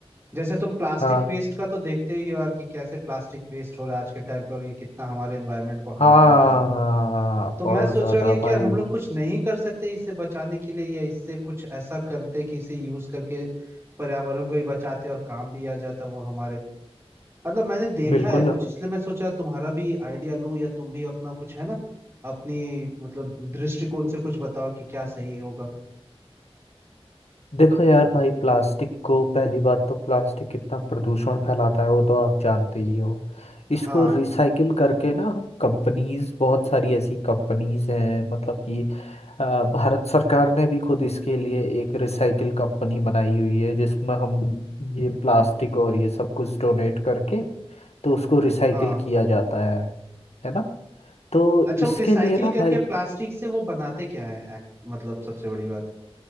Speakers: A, on the right; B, on the left.
A: जैसे तुम प्लास्टिक
B: हाँ
A: वेस्ट का तो देखते ही हो यार कि कैसे प्लास्टिक वेस्ट हो रहा है आज के टाइम पे और ये कितना हमारे एनवायरनमेंट को
B: हाँ
A: हार्म कर रहा है तो
B: बहुत
A: मैं सोच
B: ज़्यादा
A: रहा हूँ कि
B: भाई
A: यार हम लोग कुछ नहीं कर सकते इससे बचाने के लिए या इससे कुछ ऐसा करते कि इसे यूज करके पर्यावरण को भी बचाते और काम भी आ जाता वो हमारे मतलब मैंने देखा
B: बिल्कुल
A: है कुछ इसलिए मैं सोचा तुम्हारा भी आइडिया लूं या तुम भी अपना कुछ है ना अपनी मतलब दृष्टिकोण से कुछ बताओ कि क्या सही होगा
B: देखो यार भाई प्लास्टिक को पहली बात तो प्लास्टिक कितना प्रदूषण फैलाता है वो तो आप जानते ही हो इसको
A: हाँ
B: रिसाइकिल करके ना हम कंपनीज बहुत सारी ऐसी कंपनीज हैं मतलब कि अ, भारत सरकार ने भी खुद इसके लिए एक रिसाइकिल कंपनी बनाई हुई है जिसमें हम ये प्लास्टिक और ये सब कुछ डोनेट करके तो उसको रिसाइकिल
A: हाँ
B: किया जाता है है ना तो
A: अच्छा
B: इसके
A: वो रिसाइकिल
B: लिए ना
A: करके
B: भाई
A: प्लास्टिक से वो बनाते क्या है एक- मतलब सबसे बड़ी बात